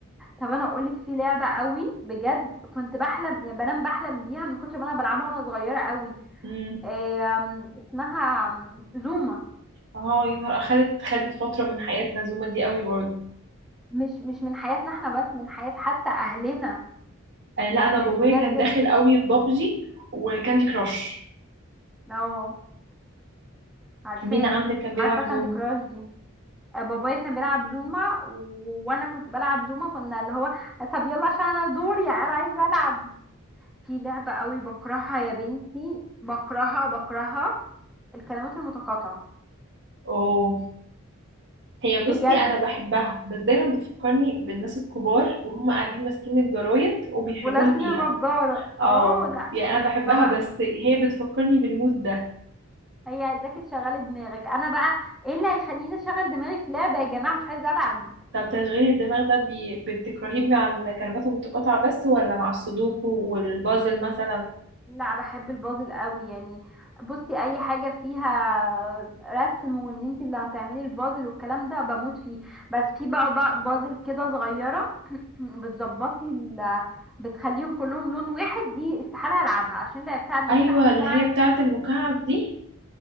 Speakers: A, in the centre; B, on the right.
A: طب انا اقولك في لعبه قوي بجد كنت بحلم يا بنام بحلم بيها من كتر ما انا بلعبها وانا صغيره قوي
B: امم
A: آم، اسمها آم، زوما
B: اه يا نهار اخدت خدت فتره من حياه نزومه دي قوي برضه
A: مش مش من حياتنا احنا بس من حياه حتى اهلنا
B: آه لا انا
A: يعني
B: بابايا
A: بجد
B: كان داخل قوي في بابجي وكاندي كراش
A: اه عارفاهم
B: مين عندك كان بيلعب
A: عارفه كاندي
B: زوم
A: كراش دي بابايا كان بيلعب زوما و... وانا كنت بلعب زوما كنا اللي هو طب يلا عشان انا دوري يعني انا عايزه العب في لعبه قوي بكرهها يا بنتي بكرهها بكرهها الكلمات المتقاطعه
B: اوه هي
A: بجد
B: بصي انا بحبها بس دايما بتفكرني بالناس الكبار وهم قاعدين ماسكين الجرايد وبيحلوها
A: ولابسين
B: فيها
A: النضاره
B: اه
A: اه لا
B: يعني انا بحبها
A: ما بقى
B: بس هي بتفكرني بالمود ده
A: هي عايزاكي تشغلي دماغك انا بقى ايه اللي هيخليني اشغل دماغي في لعبه يا جماعه مش عايزه العب
B: طب تشغيل الدماغ ده بي... بتكرهيه مع الكلمات المتقاطعه بس ولا مع السودوكو والبازل مثلا
A: لا بحب البازل قوي يعني بصي اي حاجه فيها رسم وان انت اللي هتعملي البازل والكلام ده بموت فيه بس في بقى بقى بازل كده صغيره <clears throat> بتظبطي ال بتخليهم كلهم لون واحد دي استحاله العبها عشان لعبتها قبل
B: ايوه
A: كده حسيت
B: اللي
A: إن
B: هي
A: أنا-
B: بتاعه المكعب دي